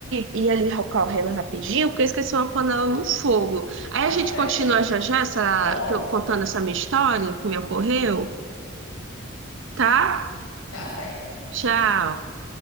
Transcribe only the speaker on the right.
ir ali correndo rapidinho, porque eu esqueci uma panela no fogo. Aí
a gente
continua já já essa,
que eu- contando essa minha história que me ocorreu, tá?
Tchau.